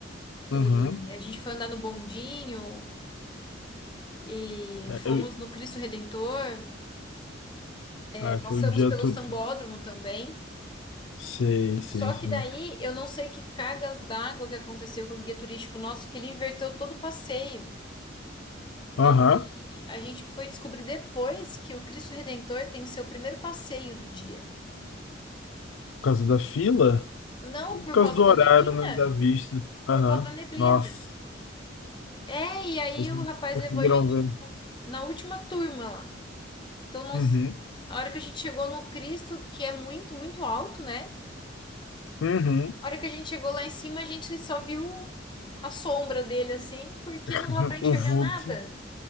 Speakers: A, on the left; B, on the left.
A: e
B: uhum.
A: a gente foi andar no bondinho, e
B: É,
A: fomos
B: eu-
A: no Cristo Redentor, é,
B: Ah,
A: passamos
B: foi um dia
A: pelo
B: todo.
A: Sambódromo também.
B: Sei, sei,
A: Só
B: sim.
A: que daí eu não sei que cargas d'água que aconteceu com o guia turístico nosso, que ele inverteu todo o passeio.
B: Aham,
A: E aí a gente foi descobrir depois que o Cristo Redentor tem seu primeiro passeio do dia.
B: por causa da fila?
A: Não
B: Por
A: por
B: causa
A: causa
B: do
A: da
B: horário,
A: neblina,
B: né, da vista. Aham,
A: por causa da neblina.
B: Nossa,
A: É, e aí
B: vocês
A: o
B: não
A: rapaz
B: conseguiram
A: levou a gente,
B: ver.
A: tipo, na última turma lá. Então, nós,
B: Uhum,
A: a hora que a gente chegou no Cristo, que é muito, muito alto, né?
B: uhum,
A: A hora que a gente chegou lá em cima, a gente só viu a sombra dele, assim, porque
B: <laughs>
A: não dava pra enxergar
B: o vulto.
A: nada.